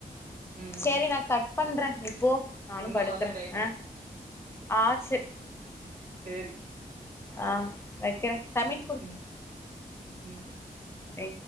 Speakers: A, on the right; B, on the left.
A: ம்
B: சரி நா கட் பண்ற இப்போ நானு
A: இன்னும்
B: படுக்றே
A: வரல டைம்
B: ஆ ஆச்சு
A: தேரி
B: ஆ வெக்கறே சமீட்
A: ம் ம்
B: ஏ